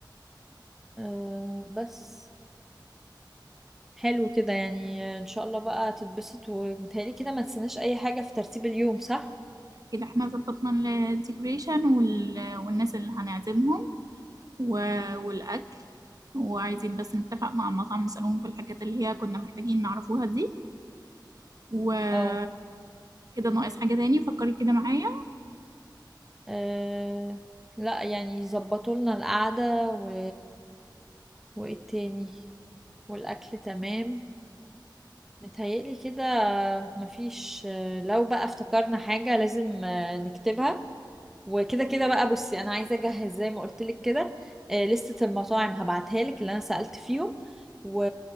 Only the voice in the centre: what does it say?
آه بس حلو كده يعني آه، ان شاء الله بقى تتبسط ومتهيألي كده ما تنسيناش اي حاجة في ترتيب اليوم صح
اه
آه، لا يعني يظبطوا لنا القعدة و... وايه تاني والاكل تمام متهيألي كده مفيش آه، لو بقى افتكرنا حاجة لازم آه، نكتبها وكده كده بقى بصي انا عايزة اجهز زي ما قلت لك كده آه، لستة المطاعم هبعتها لك اللي انا سألت فيهم و...